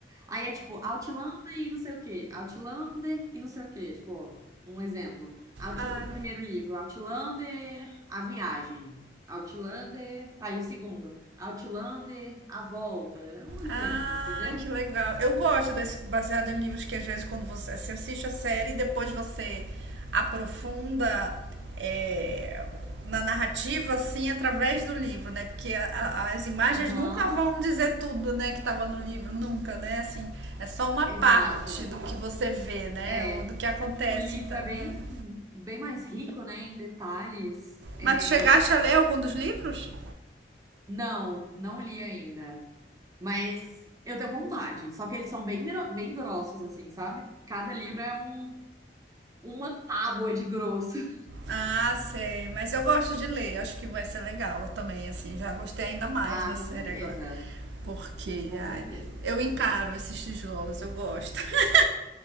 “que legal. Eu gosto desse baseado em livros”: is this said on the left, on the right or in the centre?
Right